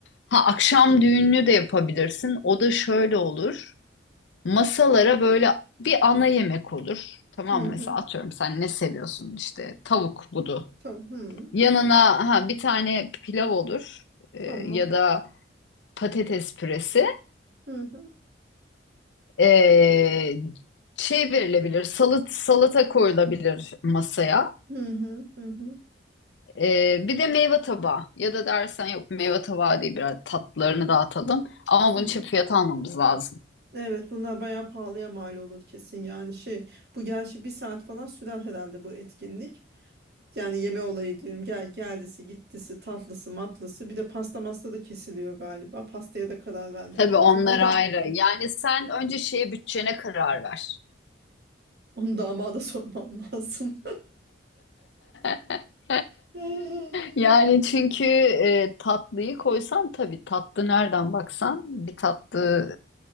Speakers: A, on the left (about 70°); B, on the right (about 55°).
A: Ha akşam düğününü de yapabilirsin. O da şöyle olur. Masalara böyle bir ana yemek olur. Tamam
B: hı.
A: mı?
B: hı.
A: Mesela atıyorum sen ne seviyorsun? İşte tavuk budu.
B: Tamam. Hı.
A: Yanına ha bir tane pilav olur. Ee,
B: Tamam.
A: ya da patates püresi.
B: Hı hı.
A: Ee, şey verilebilir. Salat, salata koyulabilir masaya.
B: Hı hı. Hı hı.
A: Ee, bir de meyve tabağı ya da dersen yok meyve tabağı değil biraz tatlılarını dağıtalım ama
B: Hı
A: bunun
B: hı.
A: için fiyat almamız lazım.
B: Evet bunlar bayağı pahalıya mal olur kesin yani şey bu gerçi bir saat falan sürer herhalde bu etkinlik. Yani yeme olayı diyorum. Gel geldisi, gittisi, tatlısı, matlısı. Bir de pasta masta da kesiliyor galiba. Pastaya da karar vermek
A: Tabii
B: lazım.
A: onlar
B: O da
A: ayrı. Yani sen önce şeye bütçene karar ver.
B: onu damada <laughs> sormam lazım.
A: <laughs>
B: <laughs>
A: Yani çünkü e, tatlıyı koysan tabii tatlı nereden baksan bir tatlı